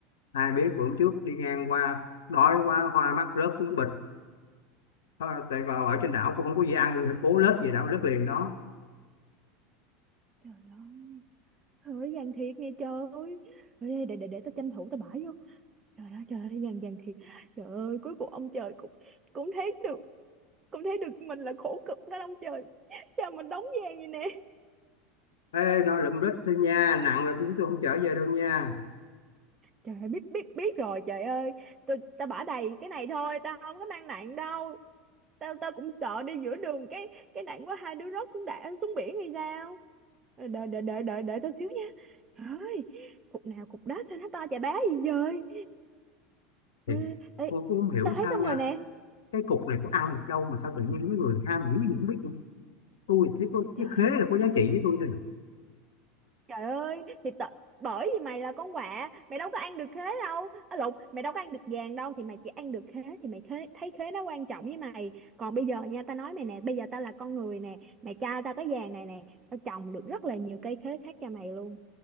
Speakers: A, on the left (about 70°); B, on the right (about 30°).
A: ai biết bữa hôm trước đi ngang qua đói quá hoa mắt rớt xuống bịch Thôi, tại còn ở trên đảo cũng không có gì ăn rồi cố lết về đảo lết liền đó
B: Trời ơi. Trời ơi Giang Thiệt nè trời ơi. Ê, để để để tao tranh thủ tao bãi vô. Trời ơi trời ơi Giang Giang Thiệt. Trời ơi cuối cùng ông trời cũng cũng thấy được cũng thấy được mình là khổ cực đó ông trời. Cha mình đóng gian vậy nè.
A: ê nó lượm lết thôi nha nặng là tôi tôi không trở về đâu nha
B: Trời ơi biết biết biết rồi trời ơi. Tôi tao bả đầy cái này thôi, tao không có mang nặng đâu. tao tao cũng sợ đi giữa đường cái cái nặng quá hai đứa rớt xuống đạn xuống biển hay sao Ờ, đợi đợi đợi đợi đợi tao xíu nha trời ơi cục nào cục đó sao nó to chà bá gì vậy
A: Thì
B: Ê, ê,
A: tôi cũng không hiểu
B: tao thấy
A: sao
B: xong
A: nha
B: rồi nè
A: cái cục này có ăn được đâu mà sao tự nhiên mấy người ham dữ gì không biết tôi thì có
B: trời
A: cái
B: ơi
A: khế là có giá trị với tôi thôi
B: trời ơi thì tao bởi vì mày là con quạ mày đâu có ăn được khế đâu à, lộn mày đâu có ăn được vàng đâu thì mày chỉ ăn được khế thì mày khế, thấy khế nó quan trọng với mày còn bây giờ nha tao nói mày nè bây giờ tao là con người nè mày cho tao cái vàng này nè tao trồng được rất là nhiều cây khế khác cho mày luôn